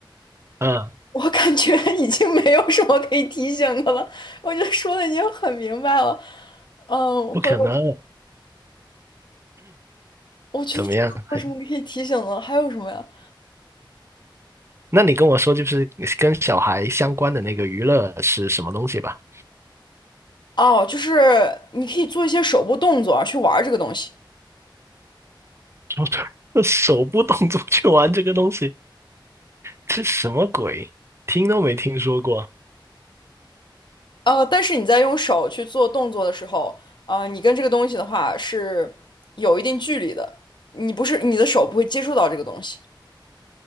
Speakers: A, on the right; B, on the left.
A: 嗯，
B: 我感觉 <laughs> 已经没有什么可以提醒的了，我觉得说的已经很明白了。嗯，
A: 不可能。
B: 或者我觉得真的没有什么可以提醒的了还有什么呀？
A: 怎么样？还那你跟我说，就是跟小孩相关的那个娱乐是什么东西吧？
B: 哦，就是你可以做一些手部动作啊，去玩这个东西。
A: <laughs> 手手部动作去玩这个东西，这什么鬼？听都没听说过，
B: 呃，但是你在用手去做动作的时候，呃，你跟这个东西的话是有一定距离的，你不是你的手不会接触到这个东西。